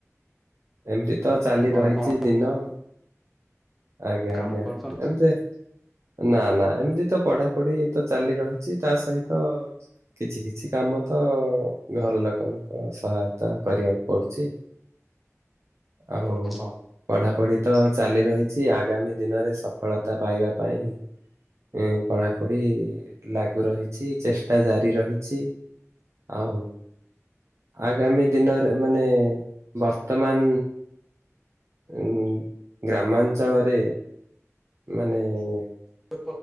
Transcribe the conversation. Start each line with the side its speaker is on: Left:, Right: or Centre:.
Right: ଏମିତି ତ ଚାଲି
Centre: ଆପଣ
Right: ରହିଛି
Centre: କଣ
Right: ଦିନ ଆଜ୍ଞା
Centre: କାମ
Right: ଆଜ୍ଞା
Centre: କରୁଛନ୍ତି?
Right: ଏମତି ନା ନା ଏମତି ତ ପଢାପଢି ତ ଚାଲି ରହିଛି ତା ସହିତ କିଛି କିଛି କାମ ତ-ଅ-ଅ ଘର ଲୋକଙ୍କ ସହାୟତା କରିବାକୁ ପଡୁଛି।
Centre: ହୁଁ
Right: ଆଉ
Centre: ହୁଁ।
Right: ପଢାପଢି ତ ଚାଲି ରହି ଛି ଆଗାମୀ ଦିନରେ ସଫଳତା ପାଇବା ପାଇଁ। ଏ ପଢ଼ାପଢି ଲାଗୁ ରହିଛି ଚେଷ୍ଟା ଜାରି ରହିଛି। ଆଉ ଆଗାମୀ ଦିନରେ ମାନେ ବର୍ତ୍ତମାନ ଉ-ଉ-ଉ ଗ୍ରାମାଞ୍ଚଳରେ ମାନେ-ଏ-ଏ
Centre: ହୁଁ